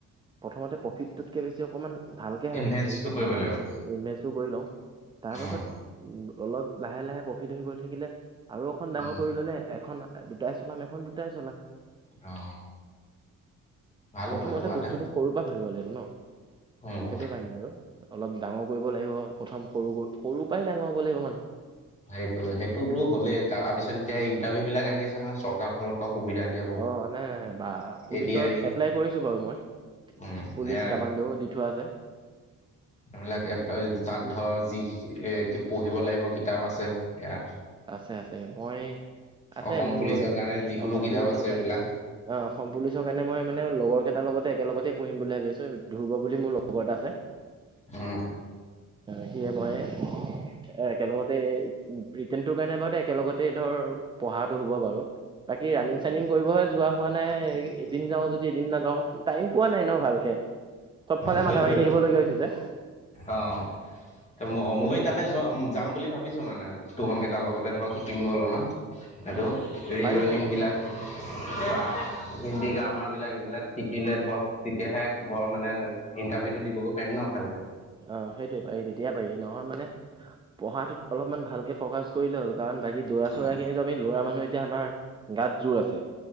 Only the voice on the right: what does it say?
প্ৰথমতে প্ৰফিটটোতকৈ বেছি অকণমান ভালকৈ
হেৰিটো
বনাই
লওঁ ইনভেষ্টটো কৰি লওঁ তাৰপাছত
অলপ লাহে লাহে প্ৰফিট হৈৰি গৈ থাকিলে আৰু অখন ডাঙৰ
কৰি ল'লে এখন দুটাই চলাম এখন দুটাই চলাম
প্ৰথমতে
বস্তুটো সৰুৰ পৰা ভাঙিব লাগিব ন
সেইটো কাৰণে আৰু অলপ ডাঙৰ কৰিব লাগিব প্ৰথম সৰু সৰুৰ পৰাই ডাঙৰ হ'ব লাগিব মানুহ
অ নাই নাই বা পুলিচত
এপ্লাই কৰিছো বাৰু মই।
পুলিচ
কামাণ্ডোও দি থোৱা আছে।
বাকী
আছে আছে। মই আছে
মোৰ
অসম
পুলিচৰ
কাৰণে। অ অসম পুলিচৰ কাৰণে মই মানে লগৰ কেইটাৰ লগতে একেলগতে পঢ়িম বুলি ভাবি আছো ধুৰ্ব বুলি মোৰ লগৰ এটা আছে।
সিয়ে মই এ একেলগতে ৰিটেনটো ৰ কাৰণে বাৰু তাই একেলগতে ধৰ। পঢ়াটো হ'ব বাৰু বাকী ৰানিং। চানিং কৰিবই যোৱা হোৱা নাই এদিন যাওঁ যদি এদিন নাযাওঁ টাইম পোৱা নাই ন ভালকে। চবফালে
মাথা মাৰি থাকিবলগীয়া হৈছে যে।
সেইটো
কাৰণে
অ
পাৰি পাৰি
অ
অ সেইটোয়ে পাৰি তেতিয়া পাৰি নহয় মানে পঢ়াটোত অলপমান ভালকে ফকাচ কৰিলে হ'ল। কাৰণ বাকী দৌৰা
চৌৰাখিনিতো আমি ল'ৰা মানুহ এতিয়া আমাৰ গাত জোৰ আছে।